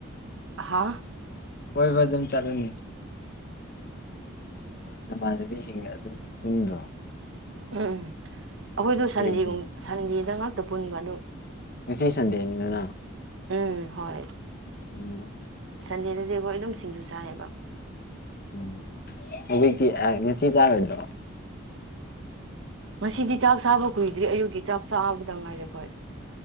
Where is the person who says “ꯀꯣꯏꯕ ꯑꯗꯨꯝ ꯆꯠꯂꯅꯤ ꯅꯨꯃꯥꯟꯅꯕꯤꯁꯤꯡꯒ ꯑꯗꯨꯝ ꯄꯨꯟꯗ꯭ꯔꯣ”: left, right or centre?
Left